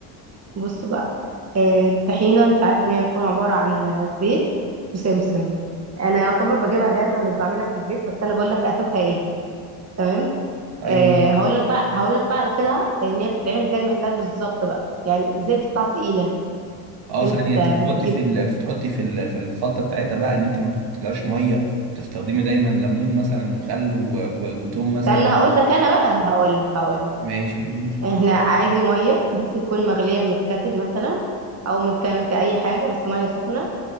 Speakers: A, on the right; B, on the right.
A: بص بقى آه، الطحينة انت عارف ان هي هتكون عبارة عن زيت وسمسم انا يعتبر بجيبها جاهزة مش بعملها في البيت بس انا بقول لك اساسها ايه تمام
B: ايوه
A: آه هقول لك بقى هقول لك بقى على كده ان هي بتتعمل زي المحلات بالظبط بقى يعني زي بتطلع تقيلة
B: اه
A: انت
B: ثانيه انت بتحطي
A: بتجيب
B: في ال... بتحطي في ال... في الخلطه بتاعتها بقى ان انت ما تحطيلهاش ميه بتستخدمي دايما ليمون مثلا وخل و... و... وتوم مثلا
A: استنى هقول لك انا بقى هقول لك هقول لك
B: ماشي قولي لي
A: احنا عادي مية بس تكون مغلية من الكاتل مثلا او من كنكة اي حاجة بس مية سخنة